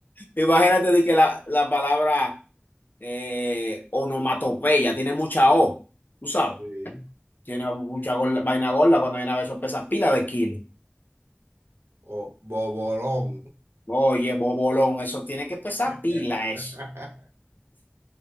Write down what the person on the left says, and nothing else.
Imagínate de que la, la palabra eh, onomatopeya tiene mucha O, tú sabes.
Tiene mucha gorda- vaina gorda cuando viene a ver eso pesa pila de kilos.
Oye, bobolón, eso tiene que pesar
pila, eso.